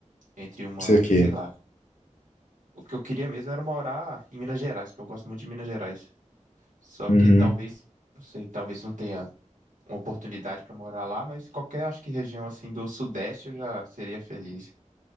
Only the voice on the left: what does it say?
sei o quê.
Uhum,